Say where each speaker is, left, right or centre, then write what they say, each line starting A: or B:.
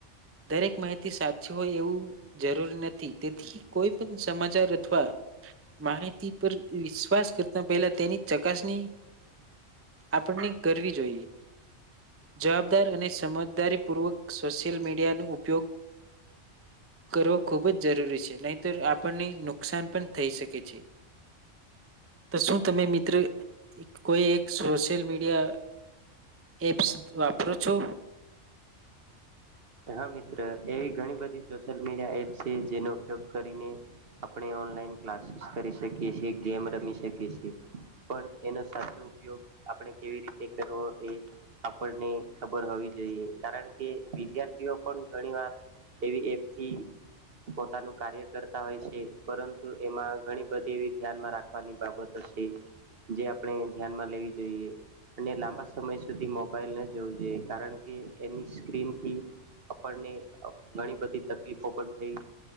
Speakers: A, on the right; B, on the right.
A: દરેક માહિતી સાચી હોય એવું જરૂરી નથી તેથી કોઈ પન સમાચાર અથવા માહિતી પર વિશ્વાસ કરતા પહેલા તેની ચકાસની આપણને કરવી જોઈએ જવાબદાર અને સમજદારી પૂર્વક સોશિયલ મી ડિયાનો ઉપયોગ કરવો ખૂબ જ જરૂરી છે નહી તર આપણને નુકસાન પણ થઈ શકે છે તો શું તમે મિત્ર કોઈ એક સોશિયલ મીડિયા એપ્સ વાપરો છો?
B: હા મિત્ર એવી ઘણી બધી સોશિયલ મીડિયા એપ છે જેનો ઉપયોગ કરીને આપણે ઓનલાઈન ક્લાસીસ કરી શકીએ છીએ ગેમ રમી શકીએ છીએ પણ એનો સાચો ઉપયોગ આપણે કેવી રીતે કરવો એ આપણને ખબર હોવી જોઈએ કારણ કે વિધ્યા ર્થીઓ પણ ઘણી વાર એવી એપથી પોતાનું કાર્ય કરતા હોય છે પરંતુ એમાં ઘણી બધી એવી ધ્યાનમાં રાખવાની બાબતો છે જે આપણે ધ્યાનમાં લેવી જોઈએ અને લાંબા સમય સુધી મોબાઈલ ન જોવું જોઈએ કારણ કે એની સ્ક્રીનથી આપણને ઘણી બધી તકલીફો પણ થઈ